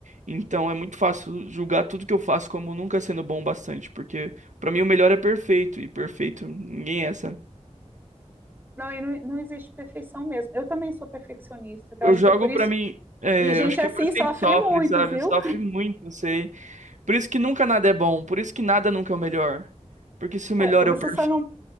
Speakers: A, on the right; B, on the right.
A: Então é muito fácil julgar tudo que eu faço como nunca sendo bom o bastante. Porque, pra mim, o melhor é perfeito. E perfeito ninguém é, sabe?
B: não, e não, não existe perfeição mesmo. Eu também sou perfeccionista, então
A: Eu
B: eu acho
A: jogo
B: que é por isso.
A: pra mim. É,
B: E gente
A: eu acho que
B: assim
A: é por isso
B: sofre
A: que a gente sofre,
B: muito,
A: sabe?
B: viu?
A: Sofre muito, não sei. Por isso que nunca nada é bom. Por isso que nada nunca é o melhor. Porque se o melhor
B: É, você
A: é o perfeito,
B: só não